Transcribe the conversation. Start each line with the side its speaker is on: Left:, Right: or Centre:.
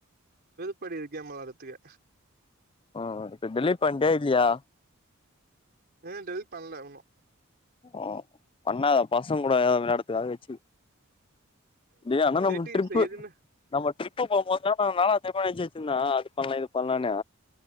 Right: வெறுப்படிக்குது கேம் வெளாட்றத்துக்கே
Left: அ ஆ இப்ப டெலிட் பண்டியா இல்லியா
Right: எ டெலிட் பண்ணல உன்னு
Left: ஓ பண்ணாதா பசங்கூட எதா விளையாடத்துக்காக வெச்சிரு டேய் ஆனா நம்ளுக்கு
Right: செட்டிங்ஸ்ல
Left: ட்ரிப்பு
Right: எதுவுமே
Left: நம்பௌ ட்ரிப்பு போம்போதுலா நா நாலா தெரிமா நெனச்சி வெச்சிருந்தே அது பண்லா இது பண்லானு